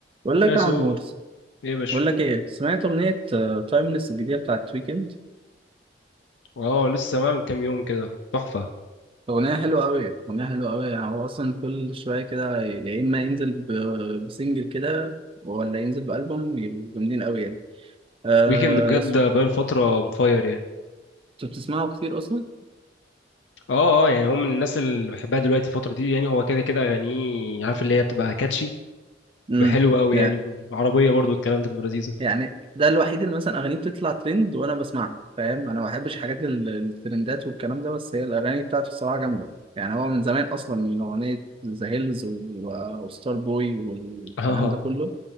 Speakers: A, on the right; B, on the left.
A: بقول لك
B: اسوم
A: يا عمور
B: ايه يا باشا
A: بقول لك ايه سمعت اغنيه تايمليس الجديده بتاعت ويكند
B: اه لسه معاه من كام يوم كده تحفه
A: اغنيه حلوه قوي اغنيه حلوه قوي يعني هو اصلا كل شويه كده يا اما ينزل ب- بسنجل كده ولا ينزل بالبوم يبقوا جامدين قوي يعني آه
B: ويكند بجد
A: اسمه
B: بقاله فتره مفاير يعني
A: انت بتسمعه كتير اصلا
B: اه اه يعني هو من الناس اللي بحبها دلوقتي الفتره دي يعني هو كده كده اغانيه عارف اللي هي بتبقى كاتشي
A: امم
B: بتبقى حلوه قوي
A: لا
B: يعني عربيه برضو الكلام ده بتبقى لذيذه
A: يعني ده الوحيد اللي مثلا اغانيه بتطلع ترند وانا بسمعها فاهم انا ما بحبش حاجات ال- الترندات والكلام ده بس هي الاغاني بتاعته الصراحه جامده يعني هو من زمان اصلا من اغنيه ذا هيلز وستار بوي والكلام
B: <laughs> اه آه.
A: ده كله